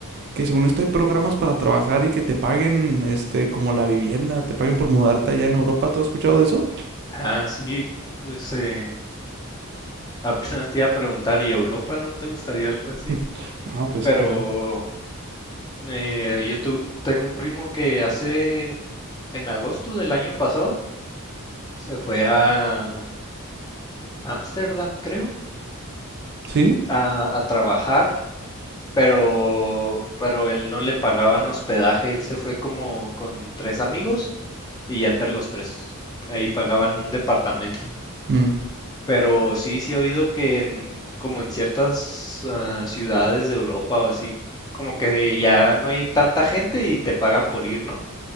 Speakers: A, on the right (about 50°); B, on the left (about 20°).
A: que según esto hay programas para trabajar y que te paguen este como la vivienda, te paguen por mudarte allá en Europa. ¿Tú has escuchado de eso?
B: Ah, sí, este, apenas te iba a preguntar, ¿y Europa no te gustaría algo así?
A: <laughs> No, pues
B: Pero
A: claro.
B: eh, yo tu- tengo un primo que hace, en agosto del año pasado, se fue a Ámsterdam, creo,
A: ¿Sí?
B: a, a trabajar pero, pero él no le pagaban hospedaje, él se fue como con tres amigos y ya entre los tres ahí pagaban un departamento.
A: Mm,
B: Pero sí, sí he oído que en, como en ciertas ah, ciudades de Europa o así, como que ya no hay tanta gente y te pagan por ir, ¿no?